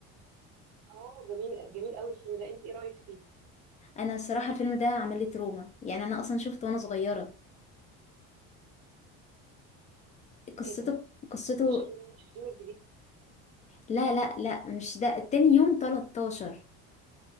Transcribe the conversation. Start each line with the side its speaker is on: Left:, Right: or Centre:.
Right: اه جميل جميل قوي الفيلم ده انت ايه رايك فيه
Left: انا الصراحة الفيلم ده عمل لي تروما يعني انا اصلا شفته وانا صغيرة قصته
Right: ايه ده
Left: قصته
Right: 13 يوم مش الفيلم الجديد
Left: لا لا لا مش ده التاني يوم 13